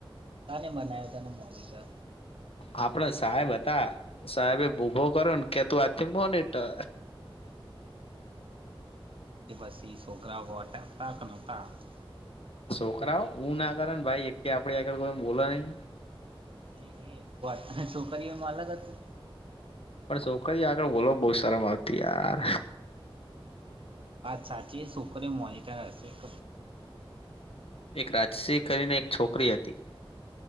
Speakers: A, on the right; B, on the left.
A: કને બનાવ્યો તને મોનિટર?
B: આપણા સાહેબ હતા. સાહેબ એ ઉભો કર્યો ને કે તું આજથી મોનીટર.
A: <unintelligible>
B: છોકરાઓ હું ના કરેને ભાઈ એક આપે આગળ કોઈ બોલો નહી.
A: <inaudible>
B: પણ છોકરી આગળ બોલ બહુ શરમ આવતી યાર.
A: વાત સાચી <inaudible> મોનિટર હશે. <inaudible>
B: એક રાજશિહ કરીને એક છોકરી હતી.